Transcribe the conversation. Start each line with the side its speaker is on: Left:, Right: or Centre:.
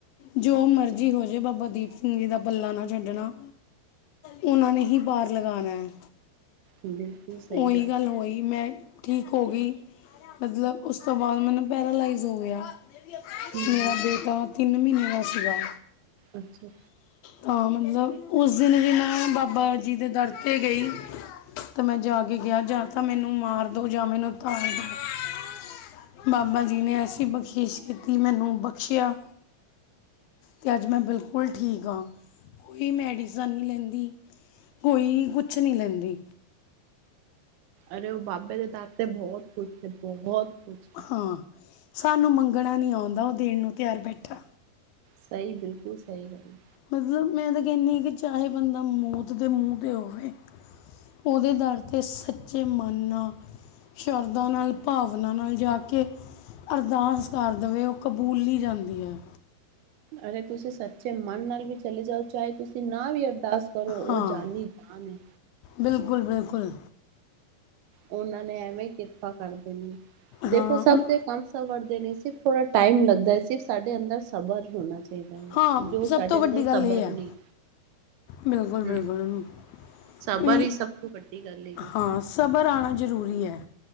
Left: ਜੋ ਮਰਜ਼ੀ ਹੋ ਜਾਏ ਬਾਬਾ ਦੀਪ ਸਿੰਘ ਜੀ ਦਾ ਪੱਲਾ ਨਾ ਛੱਡਣਾ ਉਹਨਾਂ ਨੇ ਹੀ ਪਾਰ ਲਗਾਉਣਾ ਹੈ।
Right: ਬਿਲਕੁਲ ਸਹੀ
Left: ਉਹੀ ਗੱਲ ਹੋਈ ਮੈਂ ਠੀਕ ਹੋ ਗਈ, ਮਤਲਬ ਉਸ ਤੋਂ ਬਾਅਦ ਮੈਨੂੰ ਪੈਰਾਲਾਈਜ਼ ਹੋ ਗਿਆ।
Right: ਹੂੰ
Left: ਮੇਰਾ
Right: ਹੂੰ
Left: ਬੇਟਾ ਤਿੰਨ ਮਹੀਨੇ ਦਾ ਸੀਗਾ।
Right: ਅੱਛਾ।
Left: ਤਾਂ ਮਤਲਬ ਉਸ ਦਿਨ ਜ ਮੈਂ ਬਾਬਾ ਜੀ ਦੇ ਦਰ ਤੇ ਗਈ। ਤਾਂ ਮੈਂ ਜਾ ਕੇ ਗਿਆ ਜਾਂ ਤਾਂ ਮੈਨੂੰ ਮਾਰ ਦੋ ਜਾਂ ਮੈਨੂੰ ਤਾਰ ਦੋ। ਬਾਬਾ ਜੀ ਨੇ ਐਸੀ ਬਖਸ਼ਿਸ਼ ਕੀਤੀ ਮੈਨੂੰ ਬਖਸ਼ਿਆ ਤੇ ਅੱਜ ਮੈਂ ਬਿਲਕੁਲ ਠੀਕ ਹਾਂ ਕੋਈ ਮੈਡੀਸਨ ਨਹੀਂ ਲੈਂਦੀ ਕੋਈ ਕੁਛ ਨਹੀਂ ਲੈਂਦੀ
Right: ਅਰੇ ਉਹ ਬਾਬੇ ਦੇ ਦਰ ਤੇ ਬਹੁਤ ਕੁੱਛ -ਬਹੁਤ ਕੁੱਛ।
Left: ਹਾਂ, ਸਾਨੂੰ ਮੰਗਣਾ ਨੀ ਆਉਂਦਾ ਉਹ ਦੇਣ ਨੂੰ ਤਿਆਰ ਬੈਠਾ।
Right: ਸਹੀ ਬਿਲਕੁਲ ਸਹੀ ਗੱਲ ਹੈ।
Left: ਮਤਲਬ ਮੈਂ ਤੇ ਕਹਿੰਦੀ, ਕਿ ਚਾਹੇ ਬੰਦਾ ਮੌਤ ਦੇ ਮੂੰਹ ਤੇ ਹੋਵੇ। ਉਦੇ ਦਰ ਤੇ ਸੱਚੇ ਮਨ ਨਾਲ ਸ਼ਰਦਾ ਨਾਲ, ਭਾਵਨਾ ਨਾਲ ਜਾ ਕੇ ਅਰਦਾਸ ਕਰ ਦੇਵੇ ਉਹ ਕਬੂਲੀ ਜਾਂਦੀ ਹੈ।
Right: ਅਰੇ ਤੁਸੀ ਸੱਚੇ ਮਨ ਨਾਲ ਵੀ ਚਲੇ ਜਾਓ, ਚਾਹੇ ਤੁਸੀਂ ਨਾ ਵੀ ਅ ਅਰਦਾਸ ਕਰੋ, ਉ
Left: ਹਾਂ
Right: ਜਾਨੀ ਜਾਨ ਏ।
Left: ਬਿਲਕੁਲ, ਬਿਲਕੁਲ।
Right: ਉਨਾਂ ਨੇ ਐਵੇਂ ਕਿਰਪਾ ਕਰ ਦੇਣੀ ਏ। ਦੇਖੋ
Left: ਹਾਂ
Right: ਸਭ
Left: ਉਨ
Right: ਦੇ ਕੰਮ ਸਿਰਫ ਥੋੜਾ ਟਾਈਮ ਲੱਗਦਾ, ਸਿਰਫ ਸਾਡੇ ਅੰਦਰ ਸਬਰ ਹੋਨਾ ਚ
Left: ਹਾਂ
Right: ਜੋ
Left: ਸਭ
Right: ਸਾਡੇ
Left: ਤੋਂ ਵੱਡੀ
Right: ਅੰਦਰ
Left: ਗੱਲ
Right: ਸਬਰ
Left: ਇਹ ਹੈ
Right: ਨੀ।
Left: ਬਿਲਕੁਲ
Right: ਹੂੰ--ਸਬਰ
Left: ਬਿਲਕੁਲ ਵੀ
Right: ਈ ਸਭ ਤੋਂ ਵੱਡੀ ਗੱਲ ਹੈਗੀ।
Left: ਹਾਂ ਸਬਰ ਆਉਣਾ ਜ਼ਰੂਰੀ ਹੈ